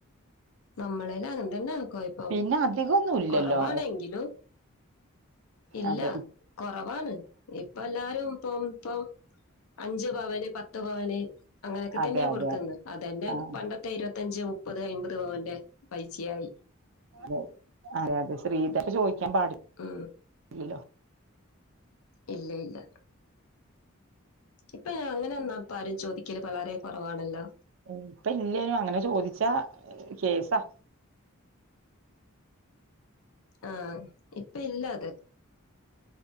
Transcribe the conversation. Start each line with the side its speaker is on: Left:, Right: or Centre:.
Left: നമ്മളേല അങ്ങെൻ തന്നെ കോയപ്പം
Right: പിന്നെ അധികം ഒന്നും ഇല്ലല്ലോ
Left: കൊറവാണെങ്കിലും. ഇല്ല
Right: അതെ
Left: കുറവാണ് ഇപ്പ എല്ലാരും ഇപ്പം ഇപ്പം അഞ്ച് പവന് പത്ത് പവന് അങ്ങനെക്കെ
Right: അതെ
Left: തന്നെയാ
Right: അതെ
Left: കൊടുക്കുന്നെ അതന്നെ
Right: ആ
Left: പണ്ട ത്തെ ഇരുപത്തഞ്ച്, മുപ്പത്, അയ്മ്പത് പവന്റെ പൈസയായി
Right: അതെ അതെ അതെ ശ്രീധനം ചോദിക്കാൻ പാടി
Left: മ്മ്
Right: ഇല്ല്ലോ
Left: ഇല്ല ഇല്ല ഇപ്പ അങ്ങനെന്നാപ്പ ആരും ചോദിക്കല് വളരെ കുറവാണല്ലോ
Right: ഏ ഇപ്പ ഇല്ലലോ അങ്ങനെ ചോദിച്ചാ കേസാ
Left: ആ ഇപ്പി ഇല്ല അത്